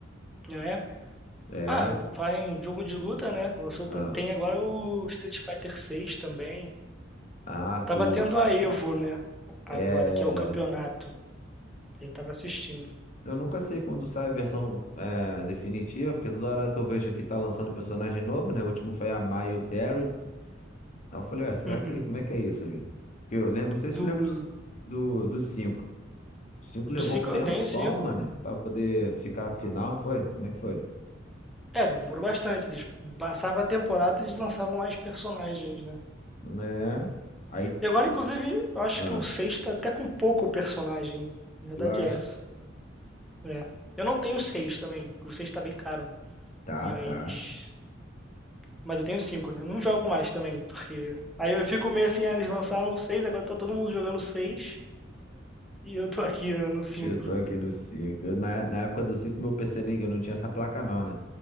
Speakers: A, in the centre; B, on the left.
A: né?
B: É.
A: Ah, vai em jogo de luta, né? Lançou, ta-
B: Ah,
A: tem agora o Street Fighter 6 também.
B: ah
A: Tava
B: tu.
A: tendo a Evo, né? Agora,
B: É, é,
A: que é o campeonato.
B: é.
A: Aí eu tava assistindo.
B: Eu nunca sei quando sai a versão é, definitiva, porque toda hora que eu vejo aqui tá lançando personagem novo, né? O último foi a Mai e o Terry. Aí eu falei, ué, será
A: Uhum.
B: que. Como é que é isso, gente? Porque eu lembro, não sei
A: Do,
B: se tu lembra dos, do, dos cinco. Os cinco levou
A: do 5
B: um tempão,
A: eu tenho cinco
B: mano, pra poder ficar a final, não foi? Como é que foi?
A: É, não demorou bastante. Eles passavam a temporada e eles lançavam mais personagens, né?
B: É. Aí.
A: E agora, inclusive, eu acho
B: Ah,
A: que o 6 tá até com pouco personagem. Na verdade
B: tu acha?
A: é essa. É. Eu não tenho 6 também, porque o 6 tá bem caro.
B: Tá,
A: Mas.
B: tá.
A: Mas eu tenho cinco né? Não jogo mais também, porque. Aí eu fico meio assim, ah, eles lançaram o seis agora tá todo mundo jogando o seis E eu tô aqui né, no cinco
B: Eu tô aqui no 5. Eu, na, na época do 5, meu PC nem. Eu não tinha essa placa, não, né?